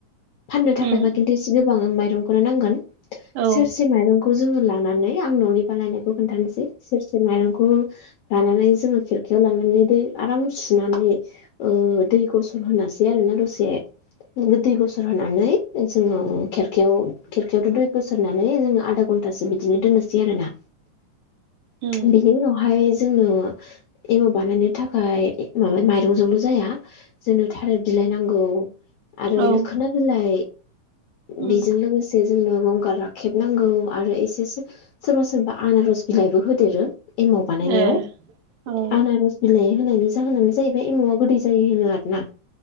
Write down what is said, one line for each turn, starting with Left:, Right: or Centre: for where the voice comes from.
Left: फाननो थाखायबा
Right: उम
Left: खिन्थु एसे गोबां माइरंखौनो नांगोन‌।
Right: औ
Left: सेरसे माइरंखौ जोङो लानानै आं न'नि बानायनायखौ खोन्थानोसै सेरसे माइरंखौ लानानै जोङो खिरखायाव लानानै दै आराम सुनानै ओ दैखौ गसर होनोसै आरो ना दसे <unintelligible> होनानै जोङो खेरखायाव खेरखायावथ' दै बोसोर होनानै जों आदा घन्टासो बिदिनो दोननोसै आरोना
Right: उम
Left: बिनि उनावहाय जोंनो एमाव बानायनो थाखाय माबा माइरंजोंल' जाया जोंनो थालिर बि आरो
Right: औ
Left: लोखोना बिलाइ
Right: उम
Left: बेजों लोगोसे जोंनो गंगार राखेबनांगौ आरो एसेस सोरबा सोरबा आनारस बिलाइबो होदेरो एमाव बानायनायाव
Right: ए अ उम
Left: आनारज बिलाइ होनायनि जाहोनानो जाहैबाय एमावा गोदै जायो होनो आरोना।